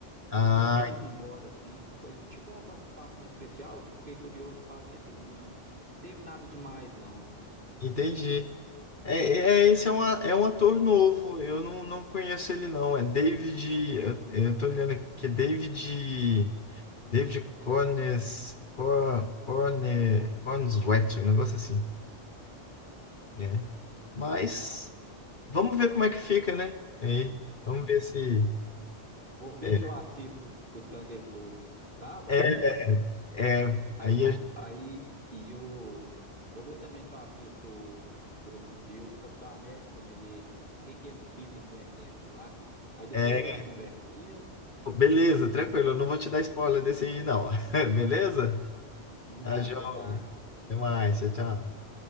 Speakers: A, on the left; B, on the right.
A: Ah,
B: e manda eles embora, assim. Foi tipo uma participação especial, fiquei curioso para ver, mas não teve nada demais, não.
A: entendi. É, é- esse é, uma, é um ator novo, eu não, não conheço ele não. É David. Eu, eu tô olhando aqui, é David. David Cornes, Cor, Corne, Cornswet, um negócio assim, né? Mas
B: Legal.
A: vamos ver como é que fica, né? Aí,
B: Vamos.
A: vamos ver se.
B: Vou ver
A: É,
B: se eu assisto o Thunderbolts sábado.
A: é, é,
B: Aí
A: aí
B: vão,
A: a-
B: aí e eu vou ver também se eu assisto por esses dias o Capitão América para me ver o que que eles citam do Eternos lá. Aí depois
A: é,
B: a gente conversa, beleza?
A: beleza, tranquilo, eu não vou te dar spoiler desse aí, não. <laughs> Beleza?
B: Então tá. Combinado,
A: Tá, João,
B: até mais.
A: até mais, tchau, tchau.